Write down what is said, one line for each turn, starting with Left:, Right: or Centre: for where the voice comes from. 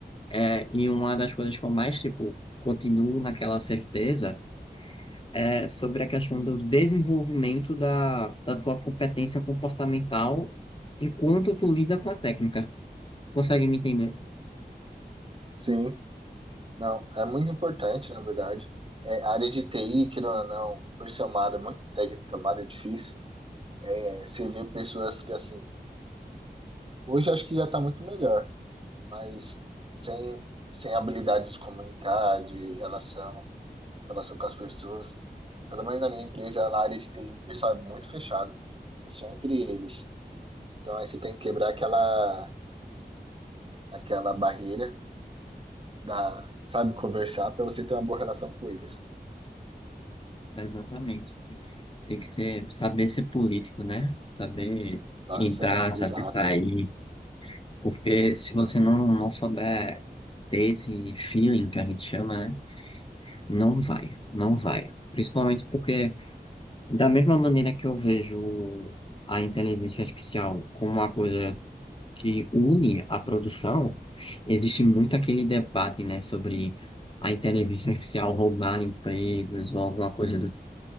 Left: é, e uma das coisas que eu mais, tipo, continuo naquela certeza, é sobre a questão do desenvolvimento da, da tua competência comportamental enquanto tu lida com a técnica. Consegue me entender?
Right: sim. Não, é muito importante, na verdade. É, a área de TI, querendo ou não, por ser uma área muito técnica, uma área difícil, é, você vê pessoas que, assim, hoje acho que já está muito melhor, mas sem, sem habilidade de comunicar, de relação, relação com as pessoas. Pelo menos na minha empresa, a área de TI, o pessoal é muito fechado, é só entre eles. Então, aí você tem que quebrar aquela, aquela barreira da, sabe, conversar para você ter uma boa relação com eles.
Left: Exatamente. Tem que ser, saber ser político, né? Saber
Right: Nossa,
Left: entrar,
Right: é,
Left: saber
Right: exato.
Left: sair. Porque se você não, não souber ter esse feeling que a gente chama, né? Não vai, não vai. Principalmente porque, da mesma maneira que eu vejo a inteligência artificial como uma coisa que une a produção, existe muito aquele debate, né, sobre a inteligência artificial roubar empregos ou alguma coisa do